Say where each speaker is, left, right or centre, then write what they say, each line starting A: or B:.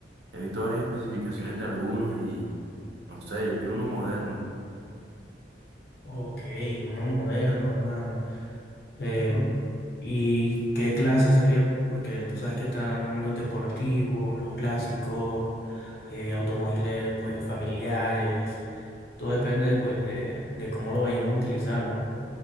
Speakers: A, on the right; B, on the left.
A: he visto varias especificaciones de algunos y no sé, yo quiero uno moderno.
B: Ok, uno moderno, hermano. Eh, ¿y qué clase sería? Porque tú sabes que están los deportivos, los clásicos, eh, automóviles pues familiares. Todo depende pues de, de cómo lo vayamos a utilizar, ¿no?